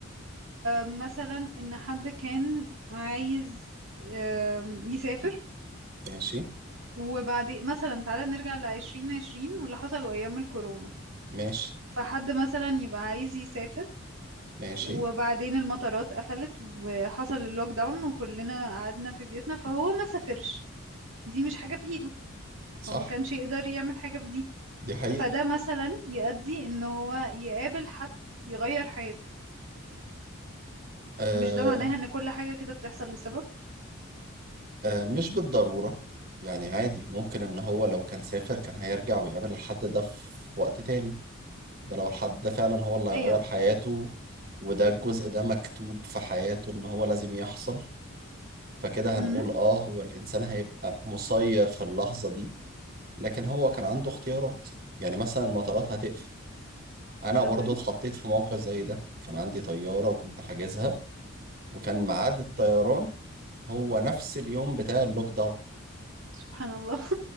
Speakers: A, on the right; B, on the right.
A: مثلا ان حد كان عايز آم، يسافر
B: ماشي
A: وبعدين مثلا تعالى نرجع لعشرين عشرين واللي حصل ايام الكورونا
B: ماشي
A: فحد مثلا يبقى عايز يسافر
B: ماشي
A: وبعدين المطارات قفلت وحصل اللوك داون وكلنا قعدنا في بيوتنا فهو ما سافرش دي مش حاجة في ايده
B: صح
A: هو ما كانش يقدر يعمل حاجة في دي
B: دي حقيقة
A: فده مثلا يؤدي ان هو يقابل حد يغير حياته
B: آه
A: مش ده معناها ان كل حاجة كده بتحصل لسبب
B: آه مش بالضرورة يعني عادي ممكن ان هو لو كان سافر كان هيرجع ويقابل الحد ده في وقت تاني ده لو الحد ده فعلا هو اللي هيغير
A: ايوه
B: حياته وده الجزء ده مكتوب في حياته ان هو لازم يحصل فكده
A: امم
B: هنقول اه هو الانسان هيبقى مسير في اللحظة دي لكن هو كان عنده اختيارات يعني مثلا المطارات هتقفل انا
A: تمام
B: برضو اتحطيت في موقف زي ده كان عندي طيارة وكنت حاجزها وكان ميعاد الطيران هو نفس اليوم بتاع اللوك داون
A: سبحان الله